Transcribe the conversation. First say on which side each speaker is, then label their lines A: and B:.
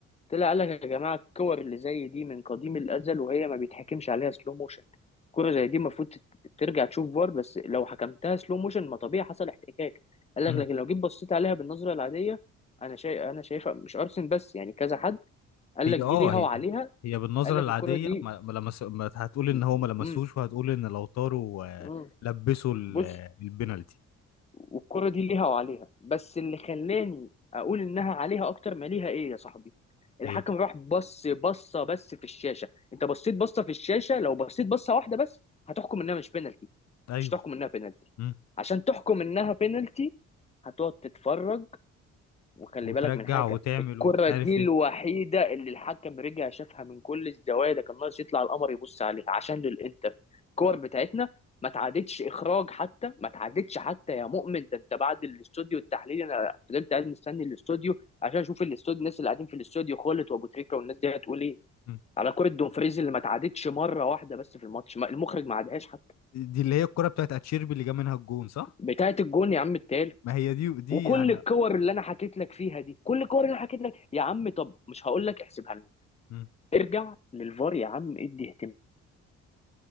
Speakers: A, on the left; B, on the left.
A: طلع قال لك يا جماعه الكور اللي زي دي من قديم الازل وهي ما بيتحكمش عليها سلو موشن كرة زي دي المفروض تت- ترجع تشوف فار بس لو حكمتها سلو موشن ما طبيعي حصل احتكاك قال لك
B: امم
A: لكن لو جيت بصيت عليها بالنظره العاديه انا شايف انا شايفها مش ارسن بس يعني كذا حد قال
B: هي
A: لك دي
B: اه
A: ليها
B: هي
A: وعليها
B: هي بالنظره
A: قال لك
B: العاديه
A: الكرة دي
B: ما, ما لمس ما هتقول ان
A: م-
B: هو ما لمسوش
A: م-
B: وهتقول ان لو طاروا آه،
A: م-
B: لبسوا ال-
A: بص
B: آه، البنالتي
A: والكرة دي ليها وعليها بس اللي خلاني اقول انها عليها اكتر ما ليها ايه يا صاحبي الحكم
B: ايه
A: راح بص بصه بس في الشاشه انت بصيت بصه في الشاشه لو بصيت بصه واحده بس هتحكم انها مش بينالتي
B: ايوه
A: مش تحكم انها بينالتي
B: امم
A: عشان تحكم انها بينالتي هتقعد تتفرج وخلي
B: وترجع
A: بالك من حاجة
B: وتعمل
A: الكرة
B: ومش عارف
A: دي الوحيدة
B: ايه
A: اللي الحكم رجع شافها من كل الزوايا ده كان ناقص يطلع القمر يبص عليها عشان للإنتر الكور بتاعتنا ما تعادتش إخراج حتى ما تعادتش حتى يا مؤمن ده أنت بعد الاستوديو التحليلي أنا فضلت قاعد مستني الاستوديو عشان أشوف الاستوديو الناس اللي قاعدين في الاستوديو خالد وأبو تريكة والناس دي هتقول إيه
B: مم.
A: على كرة دومفريز اللي ما تعادتش مرة واحدة بس في الماتش ما- المخرج ما عادهاش حتى
B: دي اللي هي الكره بتاعت اتشيربي اللي جاب منها الجون صح
A: بتاعت الجون يا عم التالت
B: ما هي دي دي
A: وكل
B: يعني
A: الكور اللي انا حكيت لك فيها دي كل الكور اللي انا حكيت لك يا عم طب مش هقول لك احسبها لنا
B: مم.
A: ارجع للفار يا عم ادي اهتمام